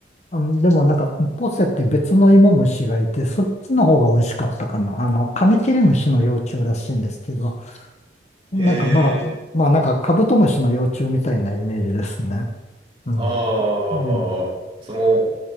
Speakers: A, on the left; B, on the right.
A: あのでもなんか、ポセっていう別の芋虫がいて、そっちの方が美味しかったかな。あの、カミキリムシの幼虫らしいんですけど、なんかまあ、
B: え
A: まあなんかカブトムシの幼虫みたいなイメージですね。うん。
B: ー、ああ、
A: うん
B: その、